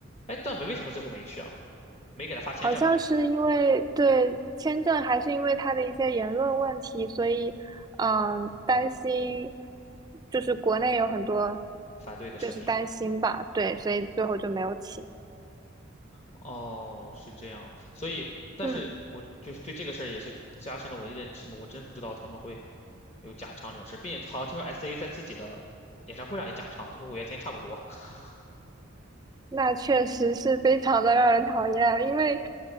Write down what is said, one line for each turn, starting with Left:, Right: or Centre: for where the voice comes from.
Left: 哎，段美为什么最后没去啊？没给他发签证，
Right: 好像是因为对签证，还是因为他的一些言论问题，所以，嗯，担心，就是国内有很多，
Left: 反对的声音。
Right: 就是担心吧，对，所以最后就没有请。
Left: 哦，是这样，所以，但是我就是对这个事儿也是加深了我的认知嘛，
Right: 嗯，
Left: 我真不知道他们会有假唱这种事，并且好像听说 S.A 在自己的演唱会上也假唱，就跟五月天差不多。<laughs>
Right: 那确实是非常的让人讨厌，因为